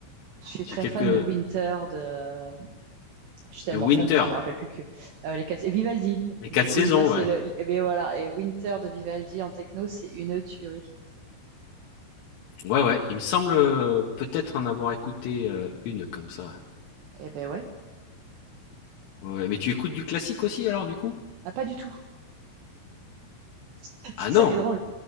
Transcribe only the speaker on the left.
J'ai
quelques
de Winter.
Les 4
saisons,
ouais.
Ouais, ouais. Il me semble, heu, peut-être en avoir écouté, heu, 1 comme ça.
Ouais, ouais. Mais tu écoutes du classique aussi alors du coup?
Ah non?